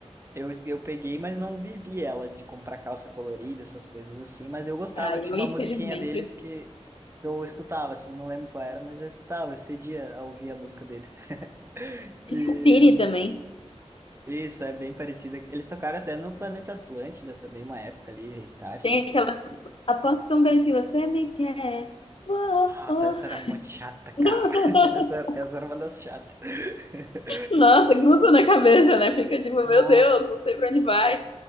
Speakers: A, on the right (about 20°); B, on the left (about 50°).
A: Eu, eu peguei, mas não vivi ela de comprar calça colorida, essas coisas assim, mas eu gostava,
B: Ah, eu
A: tinha uma
B: infelizmente
A: musiquinha deles
B: eu
A: que eu escutava, assim, não lembro qual era, mas eu escutava, eu cedia a ouvir a música deles. <laughs>
B: tinha
A: E
B: Tini também.
A: isso, é bem parecida. Eles tocaram até no Planeta Atlântida também, uma época ali, Restart.
B: Tem
A: esses-
B: aquela. Aposto um beijo que você me quer. Uou,
A: Nossa,
B: uou.
A: essa era muito chata, cara.
B: <laughs>
A: <laughs> Essa, essa era uma das chatas. <laughs>
B: Nossa, gruda na cabeça, né? Fica tipo, meu
A: Nossa.
B: Deus, não sei pra onde vai.